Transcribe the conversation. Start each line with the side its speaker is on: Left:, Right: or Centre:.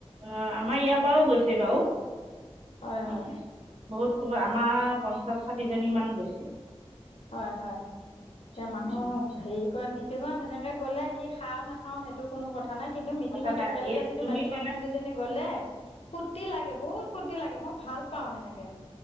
Right: অ, আমাৰ ইয়াৰ পৰাও গৈছে বাৰু। অ,
Left: হয়, হয়।
Right: বহুত খুব আমাৰ পঞ্চাশ ষাঠি জনী মান গৈছে।
Left: হয় হয় এতিয়া
Right: উম,
Left: মানুহ হেৰি কৰে মিটিঙত, সেনেকে গ'লে কি খাওঁ নাখাও সেইটো কোনো কথা কথা নাই কিন্তু মিটিঙত
Right: কথা নাই
Left: একেলগে
Right: এই
Left: যদি
Right: তুমি
Left: মাইকী মানুহ কেইজনী গ'লে, ফুৰ্তি লাগে বহুত ফুৰ্তি লাগে মই ভাল পাওঁ সেনেকে।